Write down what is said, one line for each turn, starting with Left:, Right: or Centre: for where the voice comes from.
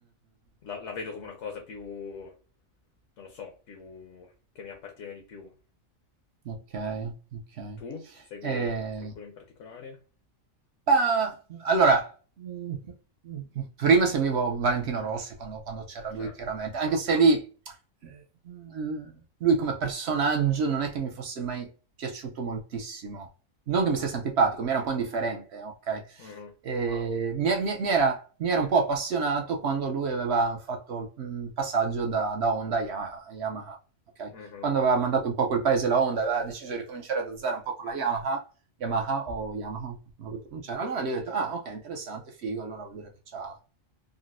Left: La, la vedo come una cosa più, non lo so, più che mi appartiene di più.
Right: Ok, ok.
Left: Tu segui
Right: Eh,
Left: qualcuno in particolare?
Right: Ma allora, mhmm, prima seguivo Valentino Rossi quando quando c'era
Left: Certo.
Right: lui chiaramente, anche se lì, mhmm, lui come personaggio non è che mi fosse mai piaciuto moltissimo. Non che mi stesse antipatico, mi era un po' indifferente, okay.
Left: Mhm,
Right: Ehm, mi e mi e mi era mi era un po' appassionato quando lui aveva fatto, mhmm, il mm, passaggio da da Honda a Ya a Yamaha, okay.
Left: mhm.
Right: Quando aveva mandato un po' a quel paese la Honda, aveva deciso di ricominciare da zero un po' con la Yamaha, Yamaha o Yamaha, non so come pronunciare. Allora lì ho detto, ah ok, interessante, figo, allora vuol dire che c'ha,